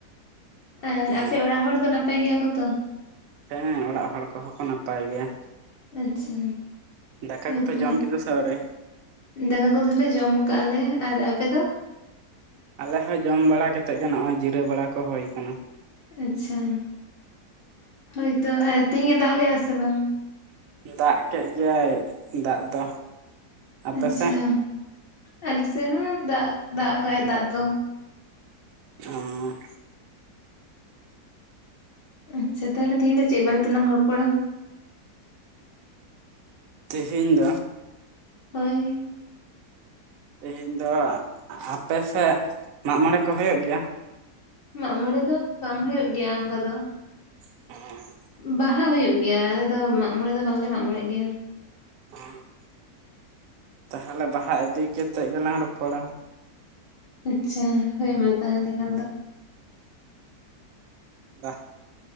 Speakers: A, on the left (about 70°); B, on the right (about 70°).
A: ᱟᱨ
B: ᱚ
A: ᱟᱯᱮ ᱚᱲᱟᱜ ᱦᱚᱲ ᱫᱚ ᱱᱟᱯᱟᱭ ᱜᱮᱭᱟ ᱠᱚᱛᱚ?
B: ᱦᱮᱸ ᱚᱲᱟᱜ ᱦᱚᱲ ᱠᱚᱦᱚᱸ ᱠᱚ ᱱᱟᱯᱟᱭ ᱜᱮᱭᱟ᱾
A: ᱟᱪᱪᱷᱟ᱾
B: ᱫᱟᱠᱟ
A: ᱦᱳᱭᱛᱚ
B: ᱠᱚᱯᱮ ᱡᱚᱢ ᱠᱮᱫᱟ ᱥᱮ ᱟᱣᱨᱤ?
A: ᱫᱟᱠᱟ ᱠᱚᱫᱚᱞᱮ ᱡᱚᱢ ᱟᱠᱟᱜ-ᱟ ᱞᱮ, ᱟᱨ ᱟᱯᱮ ᱫᱚ?
B: ᱟᱞᱮ ᱦᱚᱸ ᱡᱚᱢ ᱵᱟᱲᱟ ᱠᱟᱛᱮᱫ ᱜᱮ ᱱᱚᱜ-ᱚᱭ ᱡᱤᱨᱟᱹᱣ ᱵᱟᱲᱟ ᱠᱚ ᱦᱳᱭ ᱠᱟᱱᱟ᱾
A: ᱟᱪᱪᱷᱟ ᱦᱳᱭᱛᱚ ᱛᱤᱦᱤᱧ ᱮ ᱫᱟᱜ ᱞᱮᱜ-ᱟ ᱥᱮ ᱵᱟᱝ?
B: ᱫᱟᱜ ᱠᱮᱫ ᱜᱮᱭᱟᱭ ᱫᱟᱜ ᱫᱚ᱾ ᱟᱯᱮ
A: ᱟᱪᱪᱷᱟ
B: ᱥᱮᱫ?
A: ᱟᱞᱮ ᱥᱮᱫ ᱦᱚᱸ ᱫᱟᱜ ᱫᱟᱜ ᱠᱟᱭ ᱫᱟᱜ ᱫᱚ᱾
B: ᱚᱻ
A: ᱟᱪᱪᱷᱟ ᱛᱟᱦᱚᱞᱮ ᱛᱮᱦᱧ ᱫᱚ ᱪᱮᱫᱵᱟᱨ ᱛᱮ ᱞᱟᱝ ᱨᱚᱯᱚᱲᱟ?
B: ᱛᱮᱦᱮᱧ ᱫᱚ
A: ᱦᱳᱭ᱾
B: ᱛᱮᱦᱮᱧ ᱫᱚ ᱟᱯᱮ ᱥᱮᱫ ᱢᱟᱜ ᱢᱚᱬᱮ ᱠᱚ ᱦᱩᱭᱩᱜ ᱜᱮᱭᱟ?
A: ᱢᱟᱜ ᱢᱚᱲᱮ ᱫᱚ ᱵᱟᱝ ᱦᱩᱭᱩᱜ ᱜᱮᱭᱟ ᱚᱱᱠᱟ ᱫᱚ᱾
B: ᱚᱻ
A: ᱵᱟᱦᱟ ᱦᱩᱭᱩᱜ ᱜᱮᱭᱟ ᱟᱞᱮ ᱫᱚ ᱢᱟᱜ ᱢᱚᱬᱮ ᱫᱚ ᱵᱟᱝᱞᱮ ᱢᱟᱜᱽ ᱢᱚᱬᱮᱜ ᱜᱮᱭᱟ᱾
B: <unintelligible> ᱛᱟᱦᱚᱞᱮ ᱵᱟᱦᱟ ᱤᱫᱤ ᱠᱮᱛᱮᱜ ᱜᱮᱞᱟᱝ ᱨᱚᱯᱚᱲᱟ᱾
A: ᱟᱪᱪᱷᱟ ᱦᱳᱭ ᱢᱟ ᱛᱟᱦᱚᱞᱮ ᱠᱷᱟᱱ ᱫᱚ᱾
B: ᱵᱟ